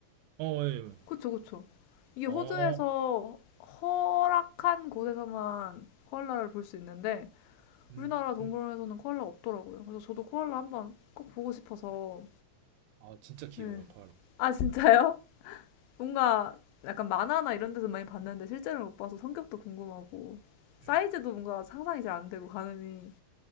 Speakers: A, on the right; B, on the left.
A: 어, 예. 예.
B: 그쵸, 그쵸. 이게 호주에서
A: 어.
B: 허락한 곳에서만 코알라를 볼 수 있는데
A: 음.
B: 우리나라 동물원에서는
A: 음.
B: 코알라 없더라고요. 그래서 저도 코알라 한번 꼭 보고 싶어서.
A: 아 진짜 귀여워요
B: 네.
A: 코알라.
B: 아, 진짜요? <laughs> 뭔가 약간 만화나 이런 데서 많이 봤는데 실제로 못 봐서 성격도 궁금하고
A: 음.
B: 사이즈도 뭔가 상상이 잘 안 되고 가늠이